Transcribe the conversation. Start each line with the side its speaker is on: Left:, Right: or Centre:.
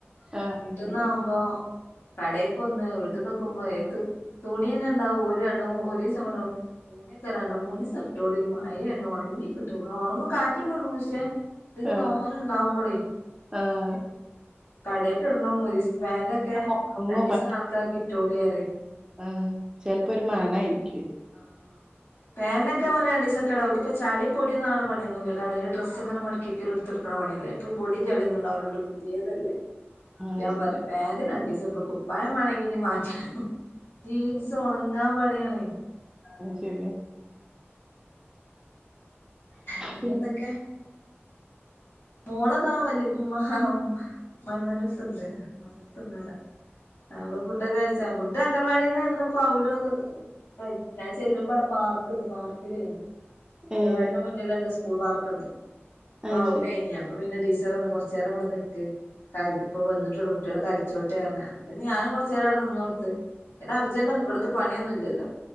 Right: ആഹ്
Left: വീട്ട്ന്നാവുമ്പോ
Right: അത് ശരി
Left: കടക്കൊന്ന് വീട്ട് നിക്ക്മ്പോ ഏതും തുണിന്നെണ്ടാവും ഒര് രണ്ട് മൂ <unintelligible> തുണിക്കെ രണ്ട് മൂന്നീസംട്ടോളീം മാ <unintelligible> ഒണങ്ങി കിട്ടും ഒണങ്ങും കാറ്റോണ്ടൊണങ്ങും ക്ഷേ ത് ല്
Right: ആഹ്
Left: തോനെണ്ടാവ്മ്പളേ
Right: ആഹ്
Left: കടെക്ക്ടണം ഒരീ പാന്റൊക്കെ
Right: ഒറങ്ങും
Left: രണ്ടിസം കണക്കാക്കി ഇട്ടോളിയറിയും
Right: ആ ചെൽപ്പൊരു മണേര്ക്കും
Left: ആ പെന്റെ ക്കെ രണ്ടീസൊക്കെടാ ഓൽക്ക്പ്പൊ ചളീം പൊടിന്നാവ്ണാ പണിയൊന്നുല്ല കടെല് ഡ്രസ്ങ്ങനെ മടക്കിക്കലും ഇട് ഇട്ത്തൊട്ക്ക്ണാ പണ്യല്ലേ? ഇപ്പ പൊടിം ചളിയൊന്ന്ണ്ടാവുല്ലല്ലോ പുതിയതല്ലേ
Right: ആഹ്
Left: ഞാൻ
Right: അത് ശരി
Left: പറയും പാന്റ് രണ്ടിസം ടണം കുപ്പായമ്മാണെങ്കി ഇഞ്ഞ് മാറ്റാ ജീൻസൊണങ്ങാൻ പണിയാണേ
Right: അത് ശെരിയാ
Left: പിന്നെന്തൊക്കെ
Right: പിന്നെ
Left: മോള്താ വല്ലി മ്മാ അമ്മായ്മ്മാന്റെ ട്ത്ത്ണ്ട് മ്മാ ന്റട്ത്ത്ണ്ട് വടെ ഞങ്ങള് ഫുഡൊക്കെ കയ് <unintelligible> അംഗലവാടിന്ന്പ്പോ ഔലൊക്കെ കയ്ച്ച് ഞാൻ ചെല്ലുമ്പോ അവടെ പാർക്ക്ണ്ട് പാർക്കിലേനു
Right: ഏഹ്
Left: ങ്ങലവാടിന്റെ മുന്നില്ണ്ട് സ്കൂൾ പാർക്ക്ണ്ട് അപ്പൊ
Right: അത്
Left: അവ്ടെനീ
Right: ശരി
Left: ഞാൻ അപ്പ പിന്നെ ടീച്ചറർഞ്ഞ് കൊർചേരം ഇവടെ നിക്ക് ക ഇപ്പൊ വന്ന്ട്ടൊള്ളു കുട്ട്യാള് കളിച്ചോട്ടേർഞ്ഞ് അപ്പൊ ഞാനും കൊർച്ചേരം അവടെ നിന്നോട്ത്ത് പിന്നെ അർജന്റൊന്ന് ഇബ്ട്ത്തെ പണി ഒന്നുല്ലല്ലോ